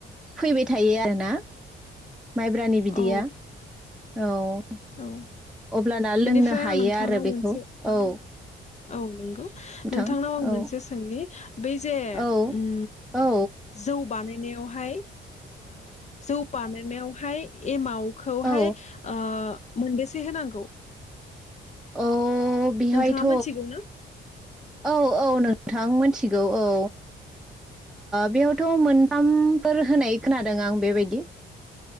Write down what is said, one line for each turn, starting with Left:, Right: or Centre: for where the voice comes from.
Centre: फैबाय थायो आरोना। माइब्रानि बिदैया
Left: औ
Centre: औ।
Left: औ
Centre: अब्लाना लोंनो
Left: बेनिफ्राय
Centre: हायो
Left: आं नोंथांनाव
Centre: आरो
Left: मोनसे
Centre: बेखौ औ
Left: औ नंगौ
Centre: नोंथां
Left: नोंथांनाव आं
Centre: औ
Left: मोनसे सोंनि बै जे
Centre: औ
Left: उम
Centre: औ
Left: जौ। बानायनायावहाय जौ बानाय नायावहाय एमाव खौहाय
Centre: औ
Left: ओ मोनबेसे होनांगौ
Centre: अ बिहायथ।
Left: नोंथाङा मोनथिगौ ना?
Centre: औ औ नोंथां मोनथिगौ औ बेयावथ' मोनथामफोर होनाय खोनादों आं बेबायदि